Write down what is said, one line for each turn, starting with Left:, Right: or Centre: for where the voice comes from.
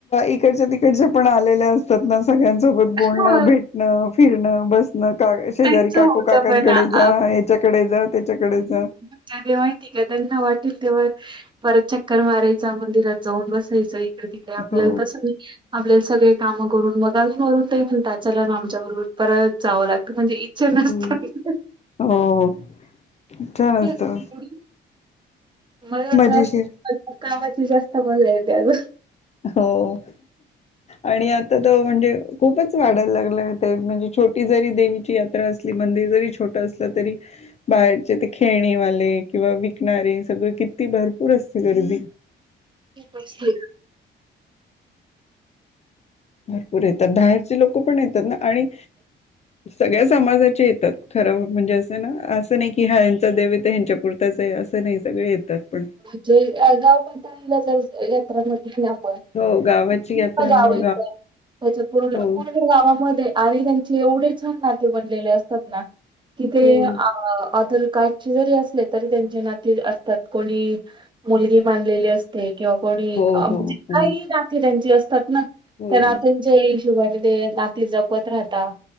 Left: इकडच्या तिकडच्या पण आलेल्या असतात ना, सगळ्यांसोबत. बोलणं,
Right: हा
Left: भेटणं, फिरणं, बस- ण, शेजारी
Right: त्यांच होत
Left: काकू काकांकडे
Right: पण आ
Left: जा, याच्याकडे जा, त्याच्याकडे जा.
Right: जे, जे माहिती का त्यांना वाटेल तेव्हा परत चक्कर मारायचा, मंदिरात जाऊन बसायचं. तिकडे आपल्याला
Left: हो
Right: तस नाही. आपले सगळे काम करून मग अजून वरून ते म्हणतात, आमच्या बरोबर परत जावं लागतं. म्हणजे इच्छा
Left: हम्म
Right: नसतात,
Left: हो छान असतं
Right: <unintelligible> मजा
Left: मजेशीर
Right: तर कामाची जास्त मजा येते आजून.
Left: हो. आणि आता त म्हणजे, खूपच वाढायला लागलं ते, म्हणजे छोटी जरी देवीची- यात्रा असली, मंदिर जरी छोट असलं तरी- बाहेरचे ते खेळणेवाले किंवा विकणारे, सगळे किती भरपूर असते गर्दी.
Right: <unintelligible>
Left: भरपूर येतात, बाहेरचे लोक पण येतात ना आणि- सगळ्या समाजाचे येतात ठरवून, म्हणजे असं ना असं नाही की, हा ह्यांचा देैव आहे ह्यांच्यापुर- त आहे, असं नाही सगळे येतात पण.
Right: जे गाव पातळीला जर यात्रा <unintelligible> आपण
Left: हो गावाची
Right: <unintelligible>
Left: यात्रा
Right: गाव
Left: मुळ
Right: येतय त्याच्या पूर्ण,
Left: हो
Right: पूर्ण गावामध्ये- आणि त्यांचे एवढे छान नाते बनलेले असतात ना, कि ते
Left: हम्म
Right: आँदर का- स्टचे जरी असले तरी, त्यांचे नाते असतात, कोणी मुलगी मानलेली असते. किंवा कोणी
Left: हो
Right: म्हणजे,
Left: हो हो
Right: काही नाते त्यांची असतात ना,
Left: हो
Right: त्या नात्यांची- त्या ईशोबाने ते नाती जपत राहता,